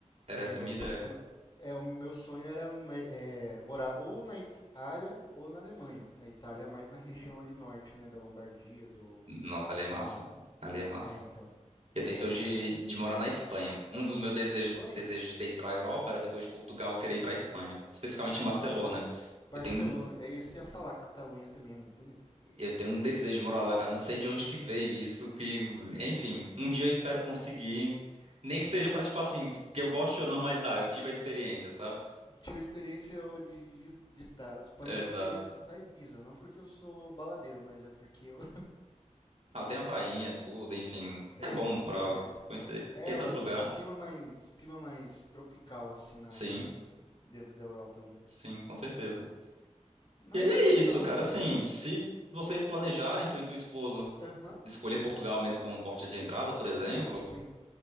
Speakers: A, on the right; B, on the left.
A: Era essa
B: É,
A: a minha
B: tipo,
A: ideia.
B: meu, é, o meu sonho era é, morar ou na Itália ou na Alemanha. Na Itália, mais na região ali norte, né? Da Lombardia, do.
A: Nossa, ali é massa.
B: Da,
A: Ali é massa.
B: é, então.
A: Eu
B: Eu,
A: tenho sonho
B: eu,
A: de,
B: eu,
A: de morar na Espanha. Um dos meus desejos,
B: a Espanha?
A: desejos de ter ido para a Europa era depois de Portugal eu querer ir para a Espanha, especificamente
B: Ah,
A: em Barcelona.
B: legal. Barcelona,
A: Eu tenho,
B: é isso que eu ia falar. Catalunha também é muito bonito.
A: eu tenho um desejo de morar lá, cara. Não sei de onde que veio isso, que, enfim, um dia eu espero conseguir. Nem que seja para, tipo assim, que eu goste ou não, mas ah, eu tive a experiência, sabe?
B: Tive a experiência eu, de, de, de tá, Espanha,
A: Exato.
B: eu queria visitar Ibiza. Não porque eu sou baladeiro, mas é porque eu,
A: Ah, tem uma prainha, tudo, enfim.
B: Tem,
A: É bom pra
B: tem, mas
A: conhecer.
B: é é
A: Tem tanto
B: o,
A: lugar.
B: o clima mais, o clima mais tropical assim na,
A: Sim,
B: na- dentro da Europa ali.
A: sim, com certeza.
B: Mas
A: E aí é isso,
B: então,
A: cara. Assim, se vocês planejarem, tu e tua esposa,
B: aham,
A: escolher Portugal mesmo como porta de entrada, por exemplo,
B: sim,